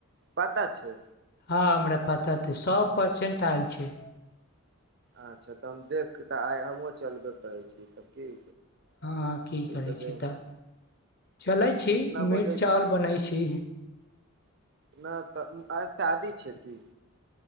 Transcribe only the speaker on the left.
हँ हमरा पता तऽ सब परसेंट आयल छै
हँ की
करै छी
तऽ चलै छी
मीट
चावल
बनै छी